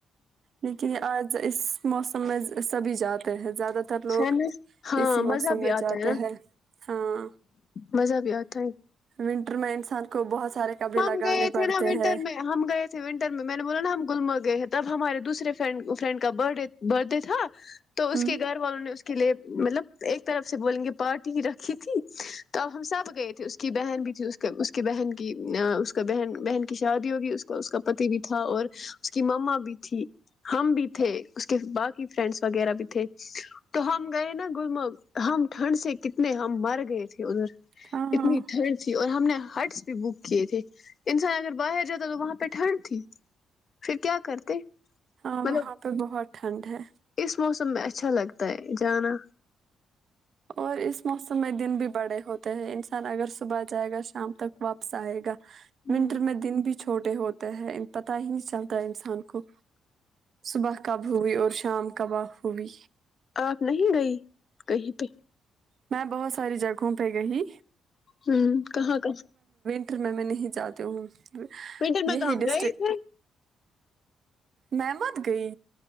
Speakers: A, on the right (about 60°); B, on the left (about 45°).
A: لیکن یہ آج اس موسم میں سبھی جاتے ہیں زیادہ ت تر لوگ
B: ہے نا ہاں
A: اسی موسم
B: مزہ بھی
A: میں
B: آتا
A: جاتے
B: ہے نا
A: ہیں ہاں
B: مزہ بھی آتا ہے
A: ونٹر میں انسان کو بہت سارے کپڑے
B: ہم
A: لگانے
B: گئے تھے
A: پڑتے
B: نا ونٹر
A: ہیں
B: میں ہم گئے تھے ونٹر میں نے بولا نا ہم گلمر گئے ہیں تب ہمارے دوسرے فرینڈ کا برت ڈے تھا تو اس
A: ہوں
B: کے گھر والوں نے اس کے کے لیے مطلب ایک طرف سے بولیں گے پارٹی ہی رکھی تھی تو اب ہم سب گئے تھے اس کی بہن بھی تھی اس کی بہن کی اس کا بہن بہن کی شادی ہوگی اس کا اس کا پتی بھی تھا اور اس کی مما بھی تھی ہم بھی تھے اس کے باقی فرینڈس وغیرہ بھی تھے تو ہم گئے نا گلمر ہم ٹھنڈ سے کتنے ہم مر گئے تھے ادھر
A: ہاں ہاں
B: ات مٹر <unintelligible> اور ہم نے ہرٹس بھی بک کیے تھے انسان اگر باہر جاتا تو وہاں پہ ٹھنڈ تھی پھر کیا کرتے
A: ہاں
B: مطلب
A: وہاں پہ بہت ٹھنڈ ہے
B: اس موسم اچھا لگتا ہے جانا
A: اور اس موسم میں دن بھی بڑے ہوتے ہیں انسان اگر صبح جائے گا شام تک واپس آئے گا
B: ہوں،
A: ونٹر میں دن بھی چھوٹے ہوتے ہیں پت ہی نہیں چلتا انسان کو صبح کب ہوئی اور شام کب ہوئی
B: آپ نہیں گئی کہیں پہ
A: میں بہت ساری جگہوں پہ گئی
B: ہوں کہاں کہاں
A: ھر میں میں نہیں جاتی ہوں
B: کوئنٹل میں
A: یہی
B: دم
A: ڈسٹرک
B: گی تھ
A: میں مت گئی